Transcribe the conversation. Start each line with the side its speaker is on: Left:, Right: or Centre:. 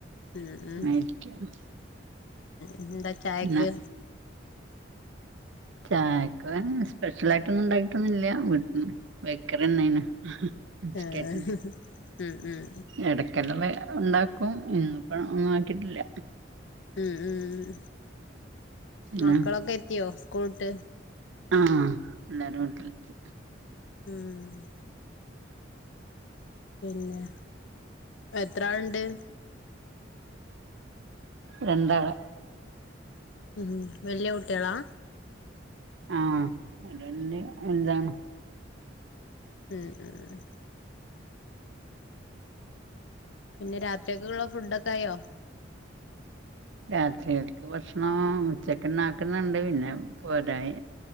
Left: ഉം ഉം
Right: ങ്ങനെ ഇരിക്യാണ്
Left: ഉം എന്താ ചായക്ക്
Right: പിന്നെ ചായക്ക്ങ്ങനെ സ്പെഷ്യലായിട്ടൊന്നും ണ്ടാക്കിയിട്ടൊന്നൂല്യ വീട്ടല് ബേക്കറിയന്നെണ് ബിസ്ക്കറ്റ്
Left: ആഹ് ഉം ഉം
Right: എട ക്കടറെ ഉണ്ടാക്കും ഇന്ന്പ്പ ഒന്നും ആക്കിയിട്ടില്ല
Left: ഉം ഉം
Right: പിന്നെ
Left: മക്കളൊക്കെ എത്തിയോ സ്കൂള്ട്ട്
Right: ആഹ് എല്ലാരും വീട്ടിൽ എത്തി
Left: ഉം പിന്നെ എത്രള്ണ്ട്
Right: രണ്ടാള്
Left: ഉം വല്ല്യ കുട്ട്യോളാ
Right: ആഹ് അടഞ്ഞ് എന്താണ്
Left: ഉം ഉം പിന്നെ രാത്രിക്ക് ള്ള ഫുഡോക്കെ ആയോ
Right: രാത്രികക്ക് ഭക്ഷണം ഉച്ചക്ക ന്നാക് ന്ന് ണ്ട് പിന്നെ പോരായ്